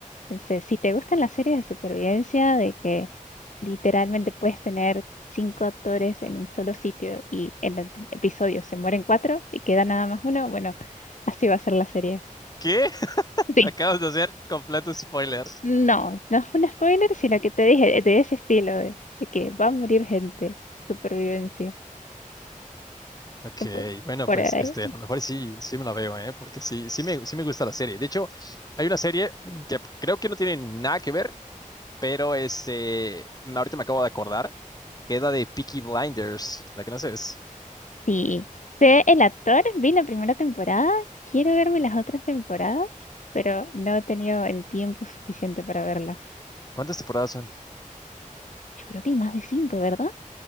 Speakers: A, on the left; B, on the left.
A: Entonces, si te gustan las series de supervivencia, de que literalmente puedes tener cinco actores en un solo sitio y en el episodio se mueren cuatro y queda nada más uno, bueno, así va a ser la serie.
B: ¿Qué? <laughs>
A: Sí,
B: Acabas de hacer completo spoiler.
A: no, no es un spoiler, sino que te dije de ese estilo, de, de que va a morir gente, supervivencia.
B: Ok,
A: Por,
B: bueno,
A: por
B: pues
A: ahí.
B: este, a lo mejor sí, sí me la veo, ¿eh? Porque sí, sí me, sí me gusta la serie. De hecho, hay una serie que creo que no tiene nada que ver, Pero este, ahorita me acabo de acordar que es la de Peaky Blinders, la que no sé es.
A: Sí, sé el actor, vi la primera temporada, quiero verme las otras temporadas, pero no he tenido el tiempo suficiente para verlas.
B: ¿Cuántas temporadas son?
A: Yo creo que hay más de cinco, ¿verdad?